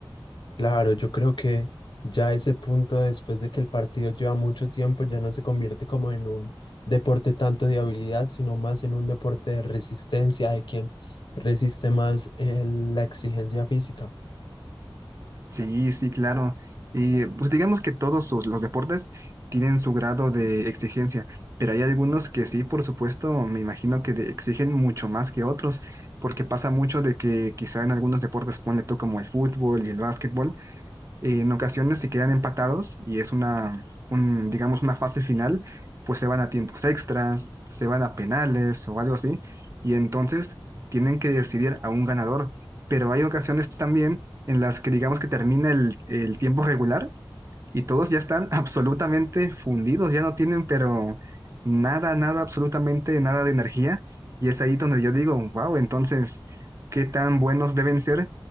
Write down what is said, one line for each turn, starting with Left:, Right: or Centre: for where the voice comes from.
Left: Claro, yo creo que ya ese punto, después de que el partido lleva mucho tiempo, ya no se convierte como en un deporte tanto de habilidad, sino más en un deporte de resistencia, de quien resiste más eh, la exigencia física.
Right: Sí, sí, claro. Y pues digamos que todos sus- los deportes tienen su grado de exigencia, pero hay algunos que sí, por supuesto, me imagino que de- exigen mucho más que otros, porque pasa mucho de que quizá en algunos deportes, ponle tú como el fútbol y el básquetbol, eh, en ocasiones si quedan empatados y es una, un, digamos, una fase final, pues se van a tiempos extras, se van a penales o algo así, y entonces tienen que decidir a un ganador. Pero hay ocasiones también en las que digamos que termina el, el tiempo regular y todos ya están <laughs> absolutamente fundidos, ya no tienen, pero nada, nada, absolutamente nada de energía. Y es ahí donde yo digo, wow, entonces, ¿qué tan buenos deben ser